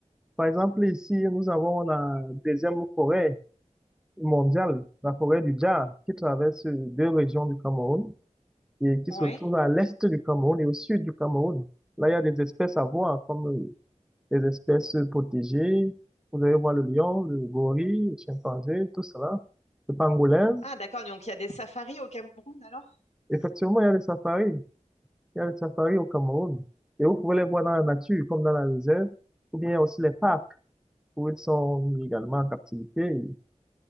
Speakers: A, in the centre; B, on the left.
A: Par exemple, ici, nous avons la deuxième forêt mondiale, la forêt du Dja, qui traverse deux régions du Cameroun et qui
B: Oui.
A: se trouve à l'est du Cameroun et au sud du Cameroun. Là, il y a des espèces à voir, comme euh, les espèces protégées. Vous allez voir le lion, le gorille, le chimpanzé, tout cela, le pangolin.
B: Ah, d'accord. Donc, il y a des safaris au Cameroun alors?
A: Effectivement, il y a les safaris. Il y a le safari au Cameroun. Et vous pouvez les voir dans la nature, comme dans la réserve, ou bien aussi les parcs, où ils sont également en captivité.